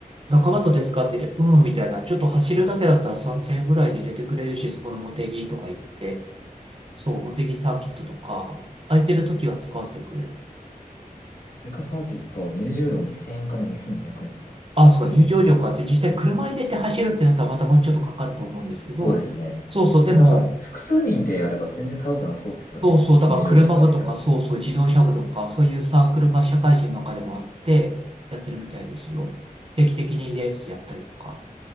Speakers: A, on the right; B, on the left.
A: 仲間とですかって言って、うん、みたいな。ちょっと走るだけだったら3000円ぐらいで入れてくれるし、そこの茂木とか行って、そう、茂木サーキットとか、空いてる時は使わせてくれる。
B: 通貨サーキットは入場料2000円から2200円だった。
A: あ、そうか、
B: ええ
A: 入場料かって、実際車入れて走るってなったらまたもうちょっとかかると思うんですけど、
B: そうですね。
A: そうそう、でも、
B: でもなんか、複数人でやれば全然高くなそうですよね。
A: そうそう、だから車部とか、
B: 入場料とか入れても。
A: そうそう、自動車部とか、そういうサークルが社会人の中でもあって、やってるみたいですよ。定期的にレースやったりとか。